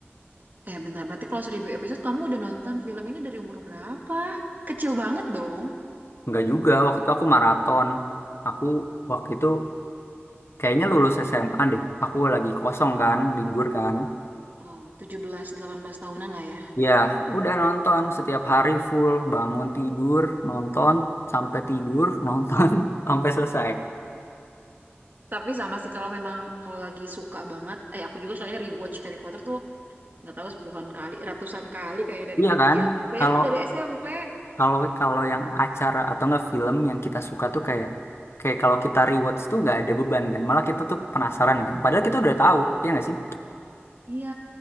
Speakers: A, on the right (about 45°); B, on the left (about 70°).
A: Eh bentar, berarti kalau 1000 episode kamu udah nonton film ini dari umur berapa? Kecil banget dong.
B: Enggak juga, waktu itu aku maraton. Aku waktu itu kayaknya lulus SMA deh. Aku lagi kosong kan, libur kan.
A: Oh, tujuh belas delapan belas tahunan lah ya.
B: Ya, udah nonton setiap hari full, bangun tidur, nonton sampai tidur, nonton <laughs> sampai selesai.
A: Tapi sama sih kalau memang kalau lagi suka banget, eh aku juga soalnya rewatch Harry Potter tuh nggak tahu sepuluhan kali, ratusan kali kayaknya dari
B: Iya
A: kecil.
B: kan?
A: Bayangin
B: Kalau
A: dari SMP,
B: kalau kalau yang acara atau enggak film yang kita suka tuh kayak kayak kalau kita rewatch tuh nggak ada beban kan. Malah kita tuh penasaran kan. Padahal kita udah tahu, ya nggak sih?
A: iya